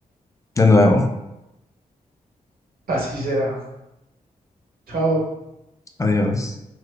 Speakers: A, on the left (about 20°); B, on the right (about 80°).
A: de nuevo.
B: Así será. Chao.
A: Adiós.